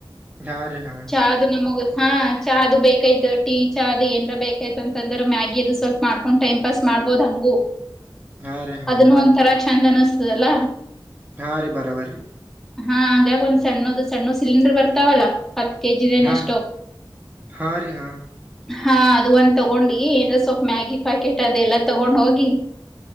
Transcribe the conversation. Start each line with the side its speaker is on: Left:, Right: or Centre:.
Right: ಹಾ ರೀ ಹಾ ರ
Centre: <unintelligible> ನಮಗ ಹಾ ಚಾ ಅದು ಬೇಕಾಯ್ತು ಟೀ ಚಾ ಅದು ಏನರ ಬೇಕಾಯತ ಅಂತಂದ್ರೆ ಮ್ಯಾಗಿ ಅದು ಸ್ವಲ್ಪ ಮಾಡ್ಕೊಂಡ್ ಟೈಮ್ ಪಾಸ್ ಮಾಡ್ಬಹದು ಹಂಗು
Right: ಹಾ ರೀ ಹಾ
Centre: ಅದನ್ನು ಒಂಥರಾ ಚಂದ ಅನಿಸ್ತದಲ್ಲ
Right: ಹಾಂ ರೀ ಬರೋ ಬರ್ರರಿ
Centre: ಹಾ ಹಾಗಾಗ ಒಂದ್ ಸಣ್ಣದದು ಸಣ್ಣ ಸಿಲಿಂಡರ್ ಬರ್ತಾವಲ್ಲತ್ ಕೆ ಜಿದ
Right: ಹಾ
Centre: ನಷ್ಟೋ
Right: ಹಾ ರೀ ಹಾ
Centre: ಹಾ ಅದು ಒಂದ ತಗೊಂಡಿ ಏಂದ ಸ್ವಲ್ಪ್ ಮ್ಯಾಗಿ ಪ್ಯಾಕೆಟ್ ಅದೆಲ್ಲ ತಗೊಂಡ ಹೋಗಿ